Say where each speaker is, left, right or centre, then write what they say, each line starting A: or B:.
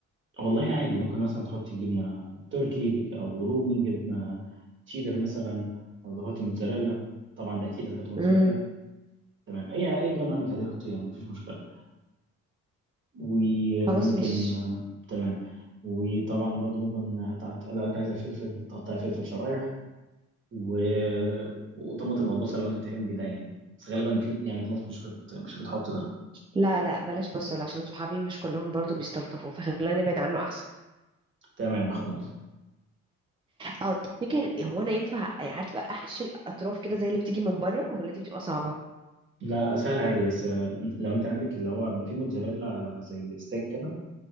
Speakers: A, on the right; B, on the right.
A: والله عادي ممكن مثلا تحطي جبنه تركي او رومي جبنه تشيدر مثلا او تحطي موتزاريلا طبعا ده اكيد هتحطي موتزاريلا
B: امم
A: تمام اي اي جبنه عندك هتحطيها يعني مفيش مشكله وممكن
B: خلاص مش
A: آه، تمام وطبعا برضو ممكن هت- هت- لو انت عايزه فلفل تقطعي فلفل شرايح و... وطماطم او بصل لو انت بتحب ده يعني بس غالبا في يعني في ناس مش بت... مش بتحط ده
B: لا لا بلاش بصل عشان صحابي مش كلهم برضو بيستلطفوا فخلينا نبعد عنه احسن
A: تمام خلاص
B: اه تفتكر هو انا ينفع عارفه احشي الاطراف كده زي اللي بتيجي من بره ولا دي بتبقى صعبه
A: لا لا سهل عادي بس آه، لو انت عندك اللي هو بيبقى في موتزاريلا زي ستيك كده